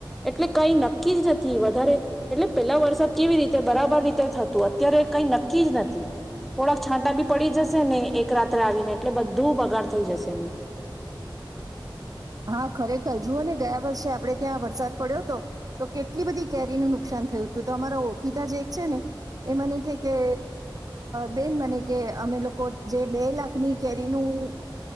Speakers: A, in the centre; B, on the right.
A: એટલે કઈ નક્કી જ નથી વધારે એટલે પેલા વરસાદ કેવી રીતે બરાબર રીતે થતું અત્યારે કઈ નક્કી જ નથી થોડાક છાંટા બી પડી જશે ને એક રાત્રે આવીને એટલે બધું બગાડ થઈ જશે એમનું
B: હા ખરેખર જુઓ ને ગયા વર્ષે આપણે ત્યાં વરસાદ પડ્યો હતો, તો કેટલી બધી કેરીનું નુકસાન થયું હતું તો અમારા ઓખિતા જે એક છે ને એ મને કે કે બેન મને કે અમે લોકો જે બે લાખની કેરીનું